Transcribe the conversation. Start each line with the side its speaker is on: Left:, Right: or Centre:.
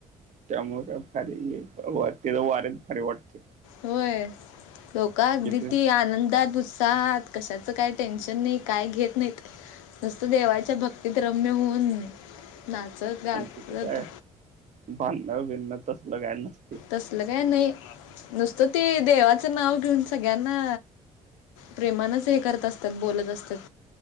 Right: त्यामुळं काय भारी तिला वार्यात भारी वाटतयं.
Left: होय लोक अगदी
Right: तिथे
Left: ती आनंदात बुस तात कशाचं काय टेन्शन नाही काय घेत नाहीत. नुसतं देवाच्या भक्तीत रम्य होऊन नाचत गाचत
Right: आणि तिथं काय भांडण बिंडण तसल काय नस
Left: तसल काय नाही नुसतं ते देवाचं नाव घेऊन सगळ्यांना प्रेमानचं हे करत असत्यात बोलत असत्यात.